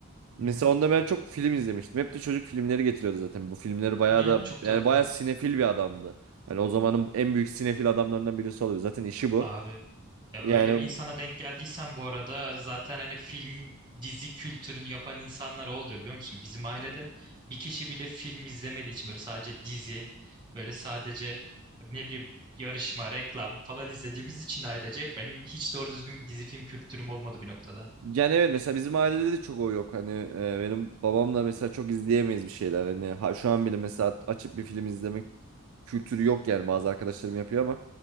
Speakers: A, on the right; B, on the right.
A: Mesela
B: Hı hı.
A: onda ben çok film izlemiştim. Hep de çocuk filmleri getiriyordu zaten. Bu filmleri bayağı
B: Ya
A: da
B: çok
A: yani
B: tatlı.
A: bayağı sinefil bir adamdı. Yani o zamanın en büyük sinefil adamlarından birisi olabilir. Zaten işi bu.
B: Abi ya
A: Yani
B: öyle bir insana denk geldiysen bu arada zaten hani film dizi kültürünü yapan insanlar o oluyor biliyor musun? Bizim ailede bir kişi bile film izlemediği için böyle sadece dizi böyle sadece ne bileyim yarışma, reklam falan izlediğimiz için ailecek benim hiç doğru düzgün bir dizi film kültürüm olmadı bir noktada.
A: yani evet mesela bizim ailede de çok o yok. Hani e, benim babamla mesela çok izleyemeyiz bir şeyler. Hani ha- şu an bile mesela açıp bir film izlemek kültürü yok yani bazı arkadaşlarım yapıyor ama.